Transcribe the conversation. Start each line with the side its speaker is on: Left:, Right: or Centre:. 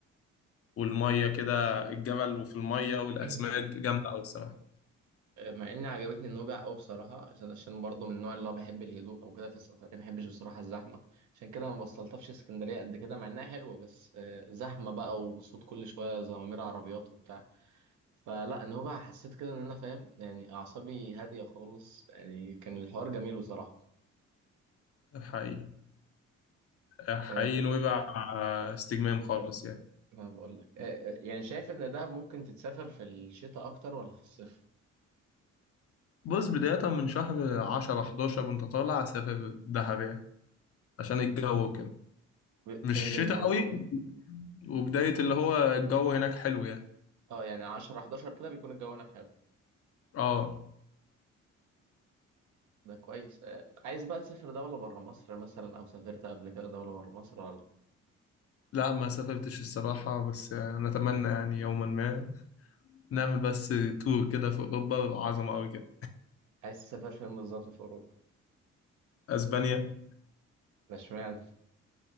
Left: والمية كده الجبل وفي المية والأسماك
Right: <clears throat>
Left: جامدة أوي الصراحة
Right: آه، مع إني عجبتني نويبع أوي بصراحة عشان عشان برضه من النوع اللي هو بيحب الهدوء أو كده في السفر ما بحبش بصراحة الزحمة عشان كده ما بستلطفش اسكندرية قد كده مع إنها حلوة بس آه، زحمة بقى وصوت كل شوية زمامير عربيات وبتاع فلا ان هو بقى حسيت كده ان انا فاهم يعني اعصابي هاديه خالص يعني كان الحوار جميل بصراحه
Left: حقيقي حقيقي
Right: أه
Left: نويبع استجمام خالص يعني
Right: ما بقول لك أه آه، يعني شايف ان دهب ممكن تتسافر في الشتاء اكتر ولا في الصيف
Left: بص بداية من شهر عشرة حداشر وانت طالع سافر دهب يعني عشان الجو كده
Right: بتنزل
Left: مش شتاء
Right: برضو
Left: قوي وبداية اللي هو الجو هناك حلو يعني
Right: اه يعني 10 11 كده بيكون الجو هناك حلو
Left: اه
Right: ده كويس أه عايز بقى تسافر دوله بره مصر مثلا او سافرت قبل كده دوله بره مصر ولا لأ؟
Left: لا ما سافرتش الصراحة بس نتمنى يعني يوما ما نعمل بس تور كده في أوروبا عظمة أوي كده
Right: عايز تسافر فين بالظبط في اوروبا
Left: أسبانيا
Right: ده اشمعنى